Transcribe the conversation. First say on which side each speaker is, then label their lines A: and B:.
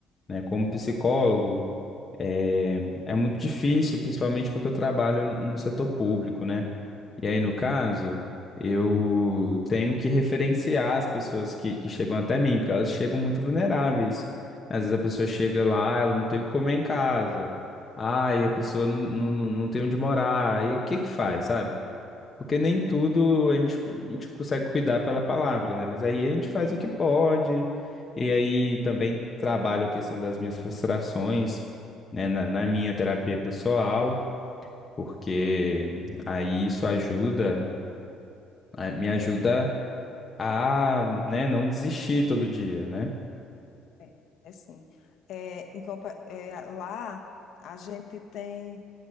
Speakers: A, on the left; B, on the left.
A: né, como psicólogo, É, é muito difícil, principalmente porque eu trabalho no no setor público, né? E aí, no caso, eu tenho que referenciar as pessoas que, que chegam até mim, porque elas chegam muito vulneráveis. Às vezes a pessoa chega lá, ela não tem o que comer em casa. Ai, a pessoa não, não, não tem onde morar. Aí o que que faz, sabe? Porque nem tudo a gente, a gente consegue cuidar pela palavra, né? Mas aí a gente faz o que pode, e aí também trabalho a questão das minhas frustrações, né, na, na minha terapia pessoal, porque aí isso ajuda, a- me ajuda
B: É,
A: a, né, não desistir todo dia, né?
B: é, é sim. É, em compa- é, lá a gente tem.